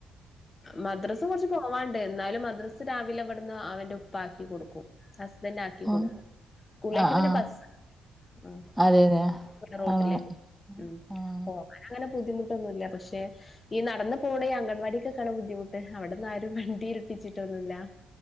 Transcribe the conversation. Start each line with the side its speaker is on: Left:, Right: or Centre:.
Left: മദ്രസ കുറച്ച് പോവാണ്ട് എന്നാലും മദ്രസ് രാവിലെ അവിടുന്ന് അവന്റെ ഉപ്പാക്കി കൊടുക്കും ഹസ്‌ബന്റ് ആക്കി
Centre: ഓ
Left: കൊടുക്കും സ്കൂളിലേക്ക്
Centre: ആ
Left: പിന്നെ
Centre: ആ
Left: ബസ് ഉം
Centre: അതെ അതെ
Left: റോട്ടിലേക്ക്
Centre: ആ
Left: ഉം
Centre: ആഹ്
Left: പോകൻ അങ്ങനെ ബുദ്ധിമുട്ടൊന്നുമല്ല പക്ഷെ ഈ നടന്നു പോകണ ഈ അംഗൻവാടി ക്കാണ് ബുദ്ധിമുട്ട് അവിടന്ന ആരും വണ്ടിയേൽപ്പിച്ചിട്ടൊന്നുല്ല